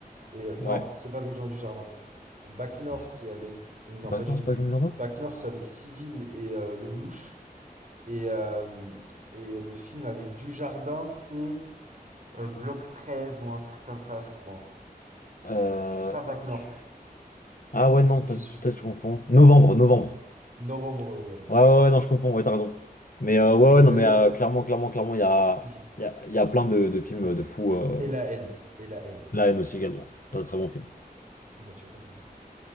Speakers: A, on the right; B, on the left.
A: et euh, non,
B: Ouais.
A: c'est pas avec Jean Dujardin. Bac Nord,
B: Je-
A: c'est avec non,
B: Bah
A: pas
B: non,
A: du tout.
B: c'est pas Jean Dujardin.
A: Bac Nord, c'est avec Civil et euh, Lelouch. Et, euh, et le film avec Dujardin, c'est euh, Bloc treize ou un truc comme ça, je crois.
B: Euh...
A: C'est pas Bac Nord.
B: tu- Ah ouais, non,
A: Je
B: t'as- peut-être
A: suis
B: je confonds. Novembre, novembre.
A: novembre, ouais.
B: Ouais, ouais, ouais, non, je confonds, ouais, t'as raison. Mais euh, ouais,
A: Et
B: ouais, non,
A: d'ailleurs,
B: mais euh, clairement, clairement, clairement, il y a,
A: je-
B: il y a, il y a plein de, de films de fous. euh,
A: et la haine. Et la haine
B: La haine aussi également. C'est un très bon film.
A: de Mathieu Kassovitz.